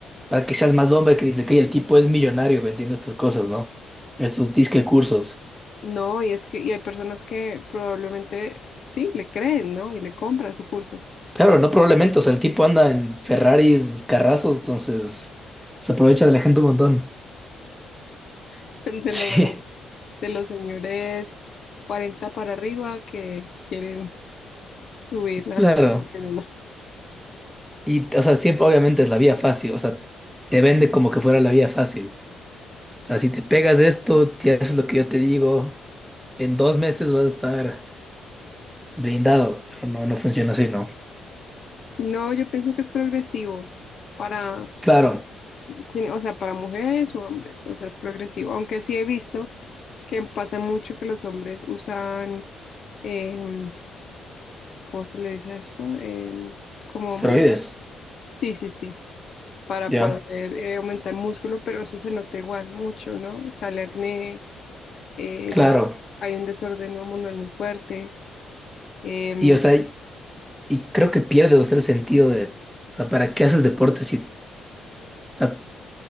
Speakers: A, in the centre; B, on the left (about 55°).
A: para que seas más hombre que dice que el tipo es millonario vendiendo estas cosas, ¿no? Estos disque cursos.
B: No, y es que y hay personas que probablemente sí le creen, ¿no? Y le compran su curso
A: Claro, no probablemente, o sea, el tipo anda en Ferraris, carrazos, entonces se aprovecha de la gente un montón.
B: <laughs> de
A: <laughs>
B: los
A: Sí.
B: de los señores 40 para arriba que quieren subir la
A: Claro.
B: <laughs> testosterona.
A: Y, o sea, siempre, obviamente es la vía fácil, o sea, te vende como que fuera la vía fácil. O sea, si te pegas esto, si haces lo que yo te digo, en dos meses vas a estar blindado, pero no, no funciona así, ¿no?
B: No, yo pienso que es progresivo para,
A: Claro,
B: sin o sea, para mujeres o hombres, o sea, es progresivo, aunque sí he visto que pasa mucho que los hombres usan, em, ¿cómo se le dice a esto? Em, como,
A: esteroides,
B: sí, sí, sí, para
A: ya,
B: poder eh, aumentar músculo, pero eso se nota igual mucho, ¿no? Sale acné, em,
A: claro.
B: hay un desorden hormonal muy fuerte. Em,
A: Y, o sea, y, y creo que pierdes, o sea, el sentido de, o sea, ¿para qué haces deporte si, o sea,